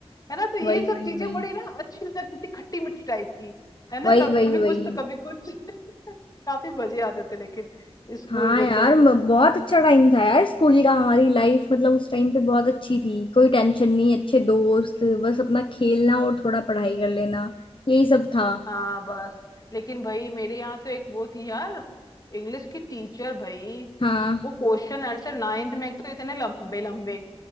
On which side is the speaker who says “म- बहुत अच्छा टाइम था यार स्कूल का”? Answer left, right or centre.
Left